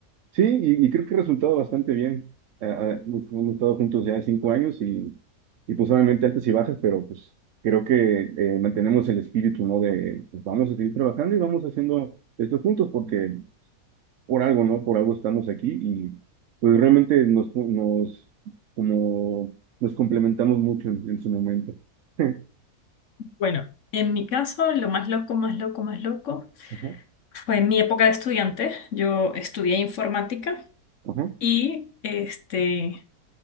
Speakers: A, on the right; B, on the left.
A: sí, y, y creo que ha resultado bastante bien. Ah, ah, hemos hemos estado juntos ya cinco años y, y pues obviamente altas y bajas, pero pues creo que eh, mantenemos el espíritu, ¿no? De pues vamos a seguir trabajando y vamos haciendo esto juntos porque por algo, ¿no? Por algo estamos aquí y pues realmente nos, nos, como, nos complementamos mucho en, en su momento. <laughs>
B: Bueno, en mi caso, lo más loco, más loco, más loco
A: Ajá,
B: fue en mi época de estudiante. Yo estudié informática
A: ajá,
B: y este,